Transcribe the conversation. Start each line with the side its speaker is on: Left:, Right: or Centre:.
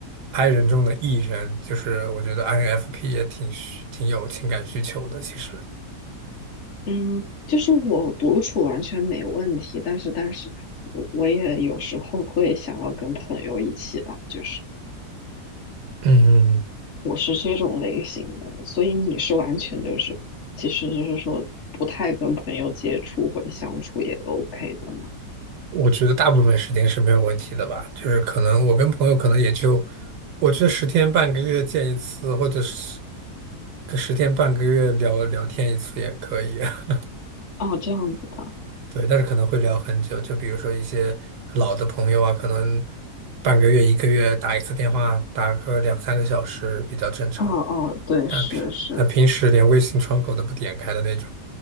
Right: I 人中的 E 人，就是我觉得 INFP 也挺需挺有情感需求的。其实，
Left: 嗯，就是我独处完全没问题，但是但是我我也有时候会想要跟朋友一起吧，就是
Right: 嗯，
Left: 我是这种类型的，所以你是完全就是其实就是说不太跟朋友接触或者相处也 OK 的嘛。
Right: 我觉得大部分时间是没有问题的吧，就是可能我跟朋友可能也就，我觉得十天半个月见一次，或者是个十天半个月聊聊天一次也可以。<laughs>
Left: 哦，这样子的。
Right: 对，但是可能会聊很久，就比如说一些老的朋友啊，可能半个月、一个月打一次电话，打个两三个小时比较正常。
Left: 哦哦，对，
Right: 但平但平时连微信窗口都不点开的那种，
Left: 是是，